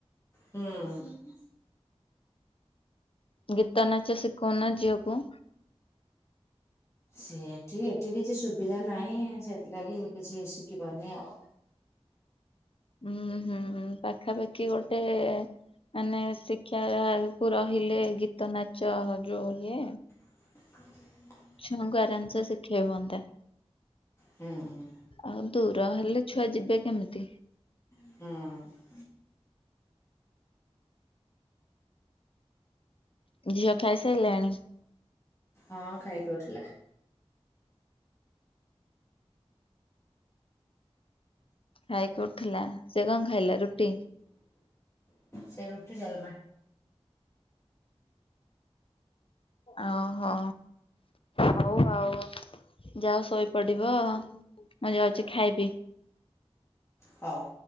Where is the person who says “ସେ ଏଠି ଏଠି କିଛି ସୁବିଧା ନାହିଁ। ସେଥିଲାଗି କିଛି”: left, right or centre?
Left